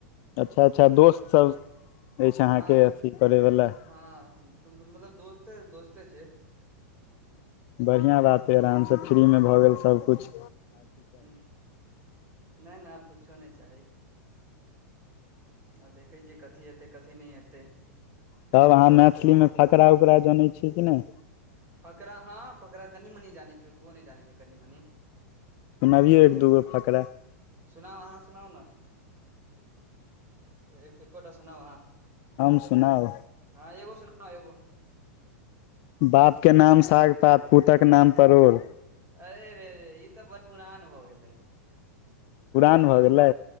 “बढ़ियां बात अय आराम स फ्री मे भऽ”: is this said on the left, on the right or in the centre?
Left